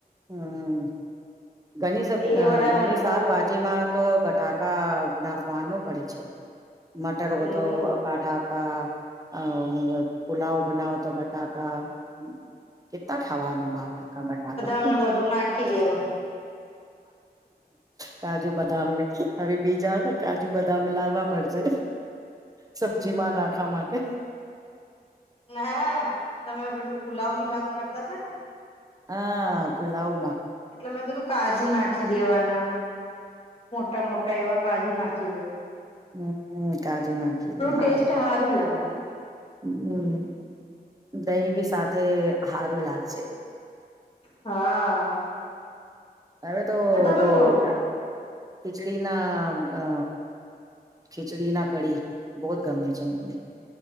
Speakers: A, on the right; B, on the left.
A: હમ ઘણી સ
B: એ વડાય
A: ઘણી
B: મને
A: શાકભાજી
B: બહુ હારા લાગે
A: માં તો ફટાકા નાખવાનું પડે છે મટર
B: હમ
A: તો ફટાકા અ પુલાવ બનાઓ તો બટાકાા ત હવાનું બ ત બટાકા
B: તને બધું નાખી દેવાનું
A: કાજુ બદામ ને હવે બીજા કાજુ બદામ લાવવા પડશે સબ્જી માં નાખવા માટે
B: હા તમે પેલું પુલાવ ની વાત કરતા છે ને
A: હા પુલાવ
B: એટલે મેં કીધું કાજુ નાખી દેવાના મોટા મોટા એવા કાજુ નાખી દેવા
A: હમ કાજુ નાખી દે સારું
B: ટેસ્ટ હારું લાગે
A: હમ દહીં ભી સાથે સારું લાગશે
B: હા
A: હવે તો
B: તમે
A: બહ ખીચડી ના ખીચડી ના કડીી બહત ગમે છે મને <unintelligible>